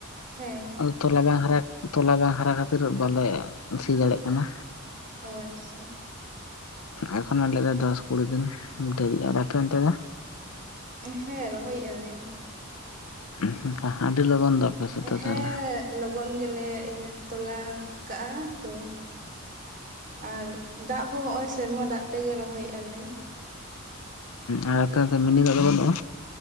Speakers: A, on the right; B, on the left.
A: ᱦᱮᱸ,
B: ᱛᱚᱞᱟ ᱵᱟᱝ ᱦᱟᱨᱟ ᱛᱚᱞᱟ ᱵᱟᱝ ᱦᱟᱨᱟ ᱠᱷᱟᱹᱛᱤᱨ ᱵᱟᱞᱮ ᱥᱤ ᱫᱟᱲᱮᱜ ᱠᱟᱱᱟ᱾
A: ᱚ ᱟᱪᱪᱷᱟ᱾
B: ᱮᱠᱷᱚᱱᱚ ᱞᱟᱹᱭᱫᱟ ᱫᱚᱥ ᱠᱩᱲᱤ ᱫᱤᱱ ᱫᱮᱨᱤᱜᱼᱟ᱾ ᱟᱯᱮ ᱚᱱᱛᱮ ᱫᱚ?
A: ᱦᱮᱸ ᱨᱚᱦᱚᱭᱮ ᱟᱞᱮ᱾
B: ᱦᱩᱸ ᱦᱩᱸ ᱟᱹᱰᱤ ᱞᱚᱜᱚᱱ ᱫᱚ, ᱥᱮᱫ ᱫᱚ
A: ᱦᱮᱸ
B: ᱛᱟᱦᱚᱞᱮ
A: ᱞᱚᱜᱚᱱ ᱜᱮᱞᱮ ᱤᱭᱟᱹ ᱛᱚᱞᱟ ᱠᱟᱜᱼᱟ ᱛᱚ, ᱟᱨ ᱫᱟᱜᱽ ᱦᱚᱸ ᱦᱚᱸᱜᱼᱚᱭ ᱥᱮᱨᱢᱟ ᱫᱟᱜᱽ ᱛᱮᱜᱮ ᱨᱚᱦᱚᱭᱮ ᱟᱞᱮ᱾
B: ᱟᱨ ᱚᱱᱛᱮ ᱱᱚᱛᱮ ᱢᱤᱱᱤ ᱫᱟᱜᱽ ᱫᱚ ᱵᱟᱹᱱᱩᱜᱼᱟ?